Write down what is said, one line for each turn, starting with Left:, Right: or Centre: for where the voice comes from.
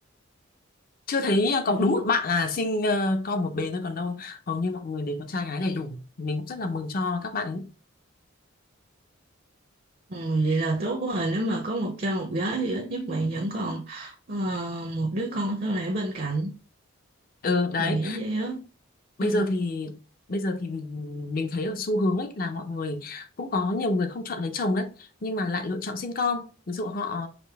Left: chưa thấy ờ, có
Right: ừ,
Left: đúng một bạn là sinh ờ, con một bé thôi còn đâu hầu như mọi người đều có trai gái đầy đủ mình cũng rất là mừng cho các bạn ấy.
Right: ừ, vậy là tốt quá rồi nếu mà có một cha một gái thì ít nhất bạn vẫn còn ờ, một đứa con sau này ở bên cạnh
Left: ừ đấy
Right: mình nghĩ vậy á
Left: bây
Right: Ừ.
Left: giờ thì bây giờ thì mình, mình thấy ở xu hướng ấy là mọi người cũng có nhiều người không chọn lấy chồng đấy nhưng mà lại lựa chọn sinh con ví dụ họ